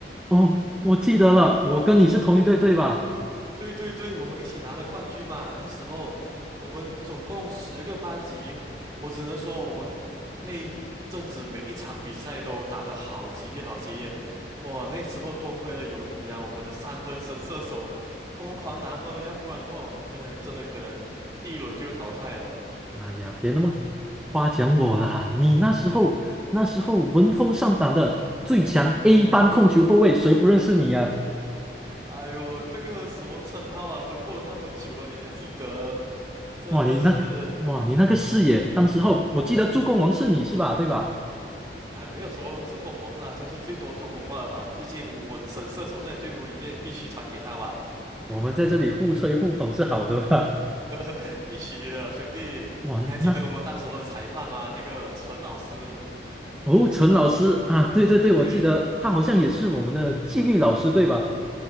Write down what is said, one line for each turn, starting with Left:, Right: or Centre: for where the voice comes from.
Centre: 哦，我记得了，我跟你是同一队，对吧？
Right: 对对对，我们一起拿了冠军嘛。那时候我们总共十个班级，我只能说我们那一阵子每一场比赛都打得好激烈，好激烈。哇，那时候多亏了有你啊，我们的三分神射手疯狂拿分，要不然的话我们可能真的可能第一轮就淘汰了。
Centre: 哎呀，别那么夸奖我啦！你那时候那时候闻风丧胆的最强 A 班控球后卫，谁不认识你呀、
Right: 哎呦，这个什么称号啊，都过了那么久了，你还记得？真的是。
Centre: 哇，你那个哇，你那个视野，当时候我记得助攻王是你是吧？对吧？
Right: 啊，没有说助攻王啦，就是最多助攻罢了嘛。毕竟我的神射手在队伍里面，必须传给他吧，
Centre: 我们在这里互吹互捧是好的吧？
Right: <laughs> 必须的，兄弟。
Centre: 哇，
Right: 你还记得我们当时的裁判吗？
Centre: 那
Right: 那个陈老师，
Centre: 哦，陈老师啊，对对对，我记得他好像也是我们的纪律老师，
Right: 对，
Centre: 对吧？